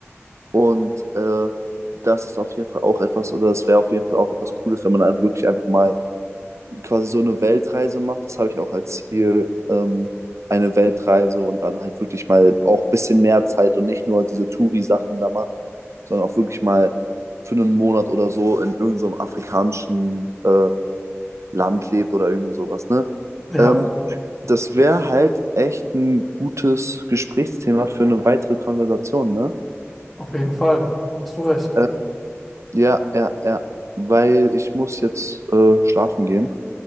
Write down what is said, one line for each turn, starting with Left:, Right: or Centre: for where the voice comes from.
Right: Und äh, das ist auf jeden Fall auch etwas, oder das wäre auf jeden Fall auch etwas Cooles, wenn man dann wirklich einfach mal quasi so eine Weltreise macht. Das habe ich auch als Ziel, ähm, eine Weltreise und dann halt wirklich mal auch ein bisschen mehr Zeit und nicht nur diese Touri-Sachen da macht, sondern auch wirklich mal für einen Monat oder so in irgendeinem afrikanischen äh, Land lebt oder irgendwie sowas, ne?
Centre: Ja,
Right: Ähm, das wäre halt echt ein gutes Gesprächsthema für eine weitere Konversation, ne?
Centre: auf jeden Fall. Hast du recht.
Right: Äh, ja, ja, ja, weil ich muss jetzt äh, schlafen gehen.